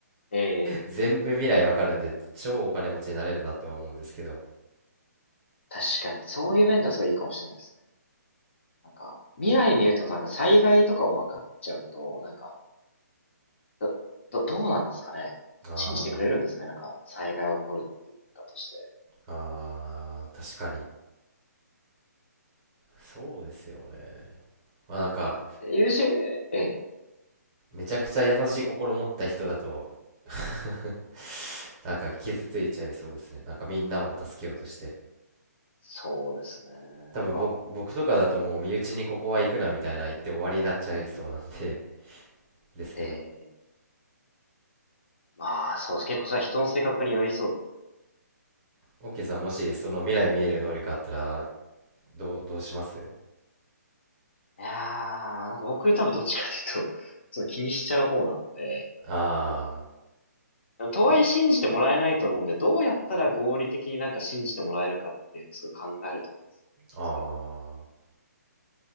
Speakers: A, on the left; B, on the right.
A: ええ
B: 全部未来わかるんで、超お金持ちになれるなって思うんですけど。
A: 確かに、そういう面ではすごいいいかもしれないですね。なんか、未来見えるってことはなんか災害とかも分かっちゃうと、なんか、ど、ど、どうなんですかね。
B: あー
A: 信じてくれるんですかね、なんか、災害が起こるって言ったとして。
B: あー、確かに。そうですよね。まあなんか、
A: 友人、ええ。
B: めちゃくちゃ優しい心持った人だと <laughs> なんか傷ついちゃいそうですね。なんかみんなを助けようとして。
A: そうですね。
B: 多分僕、
A: なんか、
B: 僕とかだともう身内にここは行くなみたいな言って終わりになっちゃいそうなんで <laughs> ですけど。
A: ええまあ、そうです。結構それは人の性格によりそうです。
B: オッケーさん、もしその未来見える能力あったら、どう、どうします
A: いやー、なんか僕多分どっちかというと、そう気にしちゃう方なので、
B: あ
A: とはいえ信じてもらえないと思うんで、どうやったら合理的になんか信じてもらえるかっていうのをすごい考えると思うんです。
B: あ、あ
A: それを。